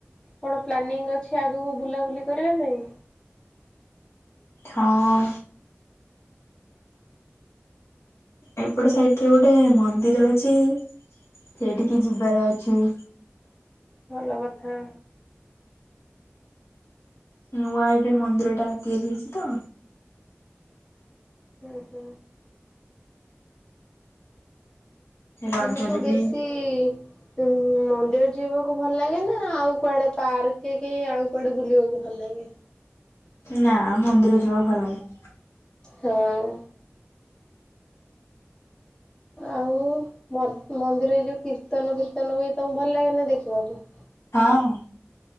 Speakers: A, on the left; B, on the left.
A: କଣ ପ୍ଲାନିଂ ଅଛି ଆଗକୁ ବୁଲାବୁଲି କରିବା ପାଇଁ।
B: ହଁ। ଏପଟେ ସାଇଟରେ ଗୋଟେ ମନ୍ଦିର ଅଛି। ସେଇଠିକି ଯିବାର ଅଛି।
A: ଭଲ କଥା।
B: ନୂଆ ଏବେ ମନ୍ଦିର ଟା ତିଆରି ହେଇଛି ତ।
A: ଓ ହୋ
B: ରଜରେ
A: ତମକୁ ବେଶୀ
B: ବି
A: ଇ ଉଁ ମନ୍ଦିର ଯିବାକୁ ଭଲ ଲାଗେ ନା ଆଉ କୁଆଡେ ପାର୍କ କି ଆଉ କୁଆଡେ ବୁଲିବାକୁ ଭଲ ଲାଗେ।
B: ନା ମନ୍ଦିର ଯିବାକୁ ଭଲ ଲାଗେ।
A: ହଁ। ଆଉ ମ ମନ୍ଦିରରେ ଯୋଉ କୀର୍ତ୍ତନ ଫୀର୍ତ୍ତନ ହୁଏ ତମକୁ ଭଲ ଲାଗେନା ଦେଖିବାକୁ।
B: ହଁ।